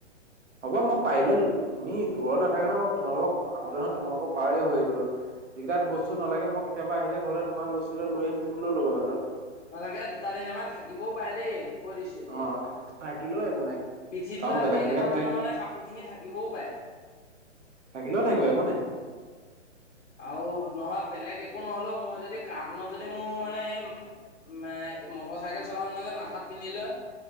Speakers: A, on the right; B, on the left.
A: হ'ব মই পাৰিলে তুমি দূৰত নাথাকা ন তোমালোকক আহোতে নহয় তোমালোকৰ পাৰেই হৈ আহিবলৈ যিকেইটা বস্তু নালাগে মোক কেতিয়াবা আহিল ঘৰলে তোমাৰ ল বস্তু লৈ আহিম তুমি লৈ ল'বা বাটত।
B: নালাগে, দুটা তিনটামান থাকিবও পাৰে দেই। কৈ দিছোঁ এতিয়াই
A: অ' থাকিলেওঁ একো নাই।
B: পিঠিত
A: কাৰণ
B: লোৱা
A: বেলেগ
B: বেগ
A: জেগাত
B: এটামানৰ
A: নাথাকে ন
B: মানে কাপোৰ খিনি থাকিবও পাৰে।
A: থাকিলেও থাকিব একো নাই।
B: আৰু নহয় বেলেগ একো নহলেও মই যদি কাৰ্টুনত যদি মোৰ মানে মে মটৰ চাইকেল চলাওতে যে মাথাত পিন্ধি লয়।